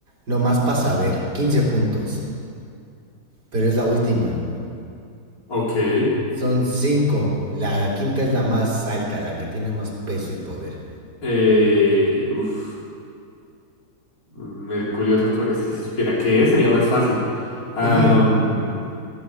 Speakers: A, on the right; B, on the left.
A: nomás para saber, 15 puntos, pero es la última.
B: Ok.
A: Son cinco la quinta es la más alta, la que tiene más peso y poder.
B: Eh, uf, Mercurio retrógrado. Es que si supiera qué es, sería más fácil. Am,
A: <laughs>